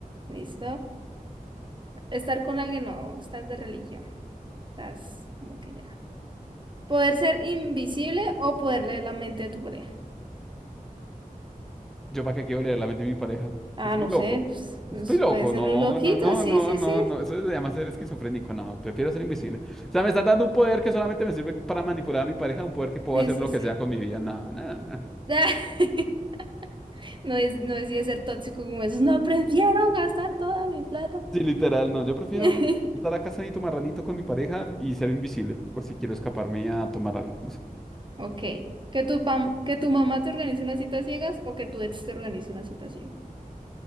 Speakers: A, on the right (about 35°); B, in the centre.
A: ¿Listo? Estar con alguien o estás de religión. Estás como que ya. ¿Poder ser invisible o poder leer la mente de tu pareja?
B: Yo para qué quiero leer la mente de mi pareja.
A: Ah,
B: Estoy
A: no
B: loco.
A: sé, pues, pues,
B: Estoy loco.
A: puede ser
B: No,
A: un loquito,
B: no, no,
A: sí,
B: no,
A: sí,
B: no,
A: sí.
B: no. Eso se llama ser esquizofrénico. No, prefiero ser invisible. O sea, me estás dando un poder que solamente me sirve para manipular a mi pareja, un poder que puedo
A: Sí,
B: hacer
A: sí,
B: lo
A: sí.
B: que sea con mi vida. No, no, no.
A: <laughs> No, es, no decía ser tóxico como esos. No, prefiero gastar toda mi plata.
B: Sí, literal, no. Yo prefiero
A: <laughs>
B: estar acá sanito marranito con mi pareja y ser invisible por si quiero escaparme a tomar algo. No sé,
A: Ok. ¿Que tu, pam- que tu mamá te organice una cita a ciegas o que tu ex te organice una cita a ciegas?